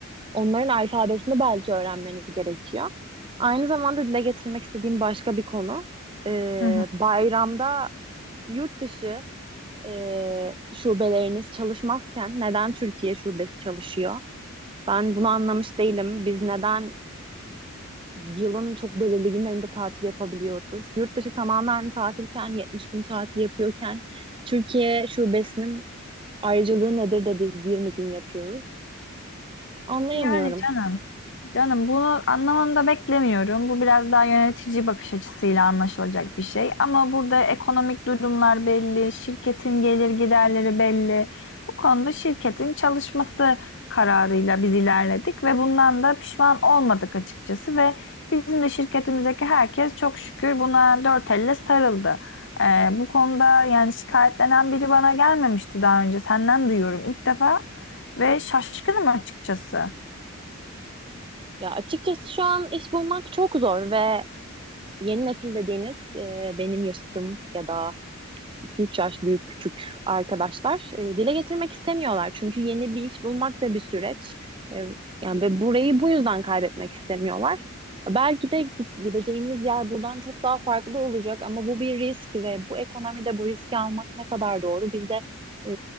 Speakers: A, on the right; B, on the left.
A: onların alfabesini belki öğrenmeniz gerekiyor. Aynı zamanda dile getirmek istediğim başka bir konu. Ee,
B: Hı hı.
A: bayramda yurt dışı e, şubeleriniz çalışmazken neden Türkiye şubesi çalışıyor? Ben bunu anlamış değilim. Biz neden yılın çok belirli günlerinde tatil yapabiliyoruz? Yurt dışı tamamen tatilken, 70 gün tatil yapıyorken Türkiye şubesinin ayrıcalığı nedir de biz 20 gün yapıyoruz? Anlayamıyorum.
B: Yani canım. Canım bunu anlamanı da beklemiyorum. Bu biraz daha yönetici bakış açısıyla anlaşılacak bir şey. Ama burada ekonomik durumlar belli, şirketin gelir giderleri belli. Bu konuda şirketin çalışması kararıyla biz ilerledik ve bundan da pişman olmadık açıkçası ve bizim de şirketimizdeki herkes çok şükür buna dört elle sarıldı. Ee, bu konuda yani şikayetlenen biri bana gelmemişti daha önce. Senden duyuyorum ilk defa ve şaşkınım açıkçası.
A: Ya açıkçası şu an iş bulmak çok zor ve yeni nesil dediğiniz e, benim yaşadığım ya da 2-3 yaş büyük küçük arkadaşlar e, dile getirmek istemiyorlar. Çünkü yeni bir iş bulmak da bir süreç. E, yani ve burayı bu yüzden kaybetmek istemiyorlar. Belki de gideceğimiz yer buradan çok daha farklı olacak ama bu bir risk ve bu ekonomide bu riski almak ne kadar doğru? Biz de e,